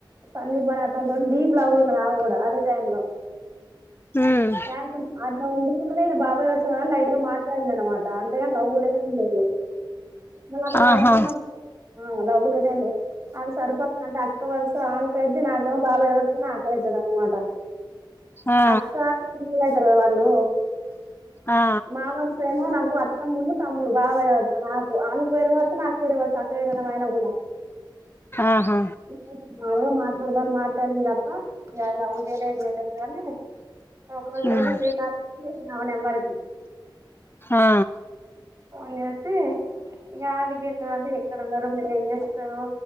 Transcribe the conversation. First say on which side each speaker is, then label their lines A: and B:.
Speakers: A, on the right; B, on the left.
A: సందీప్ అనే అతని తోటి డీప్ లవ్ లో ఉన్నది ఆమే కూడా అదే టైంలో,
B: ఉమ్
A: ఆయన్తోని అట్ల వుండుకుంటనే ఇయన బాబాయి వొచ్చాడని లైట్ గా మాట్లాడింది అనమాట అంతేగాని లవ్ లేదు <unintelligible> మళ్ళ అక్కడ
B: ఆహా
A: వరుస మా మ్మ్ లవ్వు లేద్ <unintelligible> ఆమే సరుపక్క అంటే అక్క వరుస ఆమ కైద్ది నాకేమో బాబాయి వరుస నాక్ కైతడు అనమాట
B: ఆ
A: అక్కా తుములైతరు కదా వాళ్ళు
B: ఆ
A: మా వరుసేమో నాకు అత్తమ్మను తమ్ము ప్పుడు బాబయ నాకు ఆమేకు వేరే వరుస, నాకు వేరే వరుస అక్క చెల్లెళ్లం అయిన గూడా.
B: ఆహా
A: <unintelligible> <unintelligible> మాట్లాడింది తప్ప యా లవ్వు చెయలే ఏం చెయలే కాని ఒకరోజు ఎవరు
B: ఉమ్
A: శ్రీకాంత్ <inaudible> చేసిండు ఆమె నెంబర్ కి
B: ఆ
A: పోన్ చేసి ఇగ అడిగిండు అంటే ఎక్కడన్నారు మీరు ఏం చే రు